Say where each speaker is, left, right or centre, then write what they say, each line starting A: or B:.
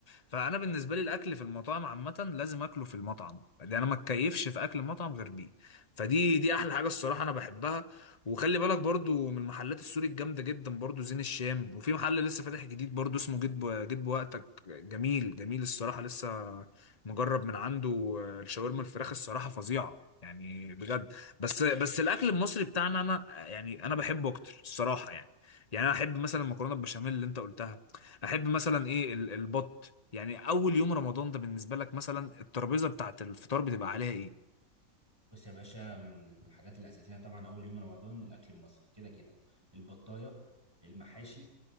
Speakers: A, on the left (about 30°); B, on the right (about 15°).
A: فانا بالنسبه لي الاكل في المطاعم عامه لازم اكله في المطعم ده انا ما اتكيفش في اكل المطعم غير بيه فدي دي احلى حاجه الصراحه انا بحبها وخلي بالك برضو من المحلات السوري الجامدة جدا برضو زين الشام وفي محل لسه فاتح جديد برضو اسمه جيت بو- جيت بوقتك جميل جميل الصراحة لسه مجرب من عنده آه، الشاورما الفراخ الصراحة فظيعة يعني بجد بس بس الأكل المصري بتاعنا أنا يعني أنا بحبه أكتر الصراحة يعني يعني أنا أحب مثلا المكرونة البشاميل اللي أنت قلتها أحب مثلا إيه ال- البط يعني أول يوم رمضان ده بالنسبة لك مثلا الترابيزة بتاعت الفطار بتبقى عليها إيه؟
B: بص يا باشا من الحاجات الأساسية طبعا أول يوم رمضان الأكل المصري كده كده البطاية المحاشي